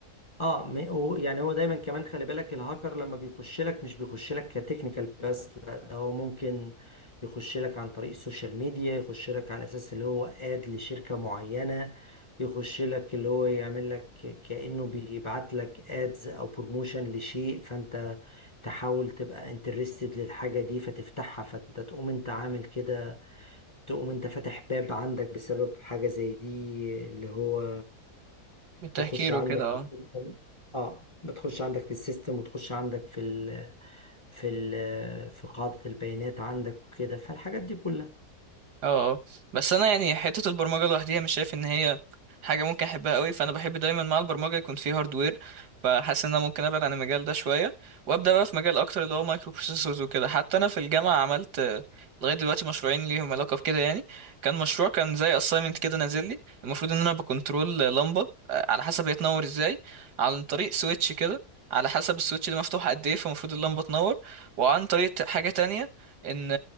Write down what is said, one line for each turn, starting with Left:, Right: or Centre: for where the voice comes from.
Left: اه م- و- يعني هو دايما كمان خلي بالك الهاكر لما بيخش لك مش بيخش لك كتكنيكال بس لا ده هو ممكن يخش لك عن طريق السوشيال ميديا يخش لك على اساس اللي هو اد لشركة معينة يخش لك اللي هو يعمل لك كأنه بيبعت لك ادز او بروموشن لشيء فانت تحاول تبقى انترستد للحاجة دي فتفتحها فانت تقوم انت عامل كده تقوم انت فاتح باب عندك بسبب حاجة زي دي اللي هو
Right: من التهكير
Left: تخش عندك
Right: وكده اه
Left: في السيستم اه بتخش عندك في السيستم وتخش عندك في ال في ال في قاعدة البيانات عندك وكده فالحاجات دي كلها
Right: اه اه بس انا يعني حته البرمجه لوحديها مش شايف ان هي حاجه ممكن احبها قوي فانا بحب دايما مع البرمجه يكون في هاردوير فحاسس ان انا ممكن ابعد عن المجال ده شويه وابدا بقى في مجال اكتر اللي هو مايكرو بروسيسورز وكده حتى انا في الجامعه عملت آه، لغايه دلوقتي مشروعين ليهم علاقه بكده يعني كان مشروع كان زي اساينمنت كده نازل لي المفروض ان انا بكنترول لمبه آه، على حسب هي تنور ازاي عن طريق سويتش كده على حسب السويتش ده مفتوح قد ايه فالمفروض اللمبه تنور وعن طريق حاجه تانية ان